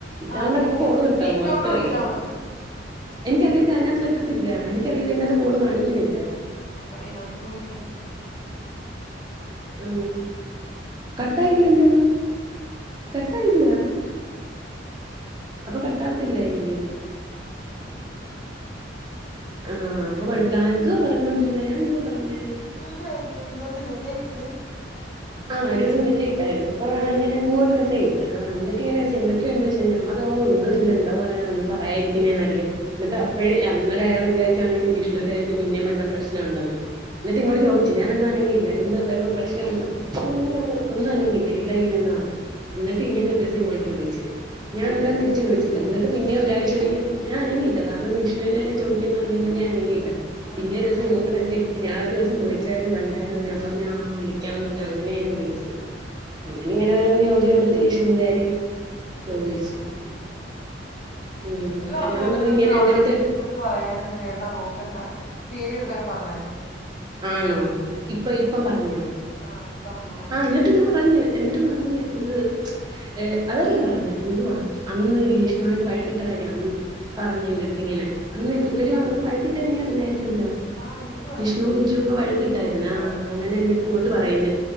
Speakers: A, on the left; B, on the right.
A: ആഹ്
B: ദാണ്ടെപ്പം
A: വിളിക്കാം
B: കോള് കാട്ടാവും
A: നീ ഇങ്ങോട്ട്
B: പത്തായി
A: വിളിച്ചാ മതി
B: എനിക്കറിത് അതിനകത്ത് പറ്റത്തില്ല എനിക്കറിയത് ഇതിനകത്ത് കോളു കാണിക്കുന്നില്ല
A: നോക്കട്ടെ ഇതിനകത്ത്ന്ന് വിളിക്കാൻ പറ്റോങ്കി ഞാൻ വിളിക്കാം
B: ഉം കട്ടായില്ലല്ലോ
A: കോള് കട്ടാ
B: കട്ടായില്ല അപ്പൊ കട്ടാവാതില്ലായിരിക്കും
A: ഒന്നുആയില്ല <unintelligible>
B: ആഹ് അപ്പൊ കുഴപ്പില്ല എന്തോ പറഞ്ഞൊണ്ടിരുന്ന ഞാ എന്തോ പറഞ്ഞെ
A: കിച്ചുന്റെ കാര്യം എന്തോത്തി മെസ്സേജിട്ട്
B: ആ ഓരോസം മെസജിട്ടായിരുന്നു അപ്പോ ഇങ്ങന ഇങ്ങോട്ട് മെസ്സേ്ജിട്ട് ആ എന്നിട്ടിങ്ങനെ ചോയ്ച്ചു എന്തെക്കെ എന്തൊക്കെയുണ്ട് വിശേഷം ഞാൻ പറഞ്ഞ ഓ ഒന്നും ഇല്ല എന്താ പറയാന ഒന്നും പറയായിരിക്കുന്നേ നല്ലേ എന്നിട്ട് അപ്പോഴേ അന്നേരെയ്യാള് വിചാരിച്ചു കാണും ഇനി ജിഷ്ണുവിന്റെ കാര്യത്ത് പിന്നെയും വല്ല പ്രശ്നം ഉണ്ടെന്ന് എന്നിട്ട് ഇങ്ങോട്ട്
A: ആഹ്
B: ചോദിച്ച് ഞാനൊന്നും അനങ്ങില്ല എന്തോ വല്ലോം പ്രശ് <unintelligible> ഒന്നും അനങ്ങില്ല ഇല്ല ഇല്ലന്ന് പറഞ്ഞ എന്നിട്ട്
A: ആഹ്
B: ഇങ്ങനെ ഓരോസം ഇങ്ങോട്ട് വിളിച്ച് ഞാനന്നേരം തിരിച്ച് വിളിച്ചില്ല. എന്നിട്ട്‌ പിന്നെയും ഒരാഴ്ച കഴിഞ്ഞ് ഞാൻ അനങ്ങിയില്ല കാരണം വിഷ്ണുനെ കാര്യം ചോ ക്ക്ന്നു അറിയാവു ന്നൊണ്ട് ഞാൻ അനങ്ങീല
A: ആഹ്
B: പിന്നെ ഓരോസം ഇങ്ങോട്ട് മെസജ്ട്ട് ഞാൻ ഓരോസം വിളിച്ചായിരുന്നു കണ്ടരുന്ന ഞാ പറഞ്ഞ ആ വിളി ക്കാന്ന് പറഞ്ഞ് അങ്ങനെ ഞാൻ വിളിച്ചു അങ്ങനെ ഇങ്ങനെ ഓരോന്ന് ചോയിച്ചകൂട്ടത്തിൽ വിഷ്ണുന്റെ കാര്യം ചോദിച്ച്
A: ചോയിച്ച
B: ഉം
A: കിച്ചു പറഞ്ഞായിരുന്നന്ന്
B: ഞാൻ പറഞ്ഞു ഇങ്ങനെ
A: അവൾടെടുത്ത്
B: എന്റെ അടുത്ത്
A: നിന്റടുത്ത് എന്ത് പറയാനൊന്ന് വേണ്ട നോക്കണ്ട പ്രീതിടുത്തൊക്കേ പറഞ്ഞായിരുന്നെന്നു
B: ആണോ ഇപ്പൊ യിപ്പം പറഞ്ഞോ
A: ആഹ് ഇപ്പൊ പറഞ്ഞാ-
B: ആ എന്നിട്ട് ഇത് പറഞ്ഞ് എന്നിട്ട് പറഞ്ഞ് ഇത് <unintelligible> അതല്ല പറഞ്ഞ എന്തുവാ അന്ന് ജിഷ്ണുആയിട്ടു വഴക്കിട്ട കാര്യ അന്ന് പറഞ്ഞന്റടുത്തു ഇങ്ങിനെ അന്ന്ഇവ് ഇവർ വന്നപ്പോ വഴക്കിട്ട നീ അറിഞ്ഞായിരുന്നല്ലോ
A: ആഹ് എന്റടുത്തു
B: ജിഷ്ണുവും കിച്ചുവൊക്കേ വഴകിട്ടായിരുന്നു ആ
A: വഴക്കിട്ടപ്പോ
B: അങ്ങനെ എൻടുത്ത് ഇങ്ങോട്ട് പറയന്നെ